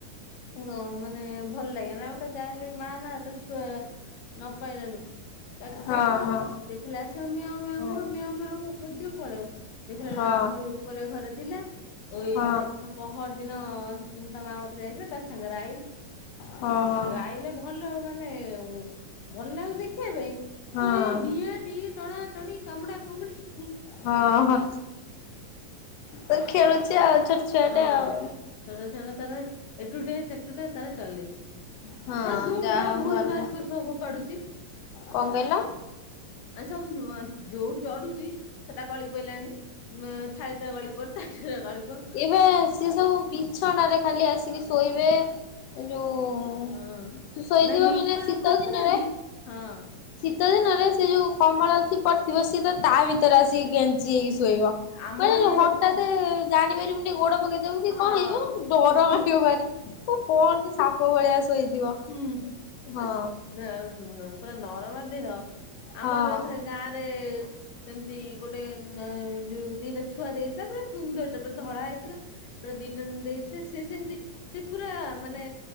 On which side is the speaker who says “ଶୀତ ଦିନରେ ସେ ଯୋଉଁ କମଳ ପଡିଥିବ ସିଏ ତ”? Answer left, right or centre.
Left